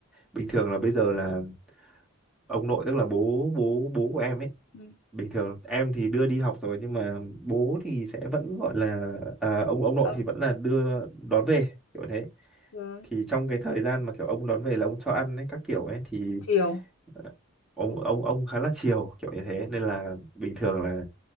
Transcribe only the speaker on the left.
Ừ.
ông
rồi
chiều